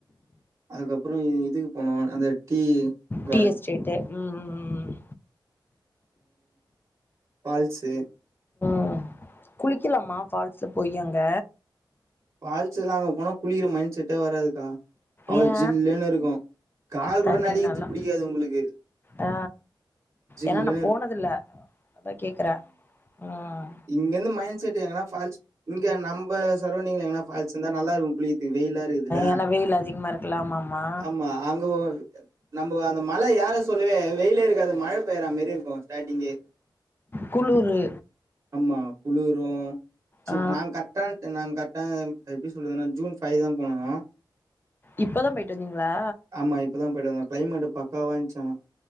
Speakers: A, on the right; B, on the left.
A: அதுக்கப்றோ அப்றோ இதுக்கு போனோ அந்த டீ கார்டன்.
B: டி எஸ்டேட்டு் ம்ம்ம்
A: ஃபால்ஸ்சு
B: ம் குளிக்கலாமா ஃபால்ஸ்ல போய் அங்க
A: ஃபால்ஸ்ல அங்க போனா குளிக்ற மைண்ட் செட்டே வராதுக்கா அவ்ளோ
B: ஏ
A: ஜில்லுன்னு இருக்கு கால் கூட
B: தண்ணி
A: நனக்கறது
B: நல்லா
A: பிடிக்காது உங்களுக்கு
B: ஆ
A: ஜில்ன்னு
B: ஏன்னா நா
A: இருக்கு
B: போனதில்ல அதா கேக்குறே உம்
A: இங்க இருந்து மைண்ட் செட் எங்கானா ஃபால்ஸ் இங்க நம்ம சரௌண்டிங்ல எங்கனா பால்ஸ் இருந்தா நல்லா இருக்கு குளியத்துக்கு வெயிலா இருக்குதுல
B: ஏன்னா வெயில் அதிகமா இருக்குல்ல ஆமாமா
A: ஆமா அங்க நம்மோ அந்த மல யார சொல்லுவே வெயிலே இருக்காது மழை பெயற மெரி இருக்கு ஸ்டாடிங்கே
B: குளுரு
A: ம்மா குளுரு ச்
B: ஆ
A: நங்க கரெக்டான்ட் நாங்க கரெக்டா எப்பிடி சொ சொல்லதுனா ஜூன் பைதா போனனா
B: இப்பதா போயிட்டு வந்தீங்களா
A: ஆமா இப்பதா போயிட்டு வந்தோ கிளைமேட் பக்காவா இருந்துச்சு ஆனா